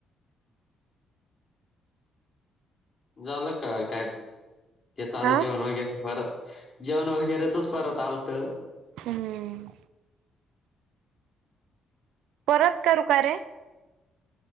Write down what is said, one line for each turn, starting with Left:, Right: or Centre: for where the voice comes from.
Left: झालं का काय ते चालं
Right: हा
Left: जेवण वगैरे पर जेवण वगैरेचच परत आलत
Right: हम्म परत का रुकार रे